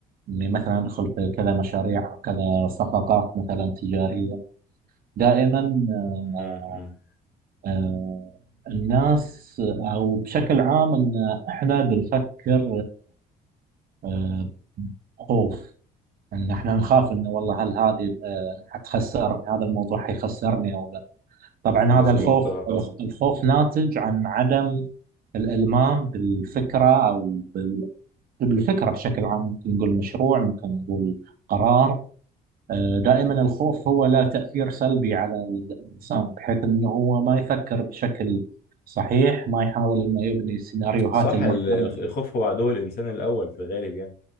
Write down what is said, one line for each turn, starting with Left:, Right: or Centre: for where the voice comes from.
Right: إني مثلا أدخل في كذا مشاريع أو كذا صفقات مثلا تجارية دائما آه،
Left: م- م.
Right: آه، الناس أو بشكل عام أن إحنا بنفكر آه، خوف ان احنا نخاف انه والله هل هذه آه، حتخسرني هذا الموضوع حيخسرني او لا طبعا
Left: مظبوط
Right: هذا الخوف بالضبط الخوف ناتج عن عدم الالمام بالفكره او بال- بالفكره بشكل عام ممكن نقول مشروع ممكن نقول قرار آه، دائما الخوف هو له تاثير سلبي على الانسان بحيث انه هو ما يفكر بشكل صحيح ما يحاول انه يبني السيناريوهات
Left: صح
Right: المحتمله
Left: ال- الخ- الخوف هو عدو الإنسان الأول في الغالب يعني